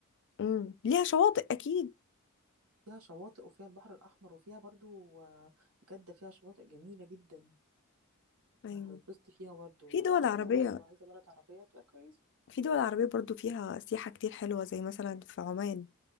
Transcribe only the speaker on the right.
فيها شواطئ وفيها البحر الاحمر وفيها برضه آه، جده فيها شواطئ جميله جدا
هتتبسطي فيها برضه
يعني
لو
عايزه بحر وعايزه بلد عربيه تبقى كويس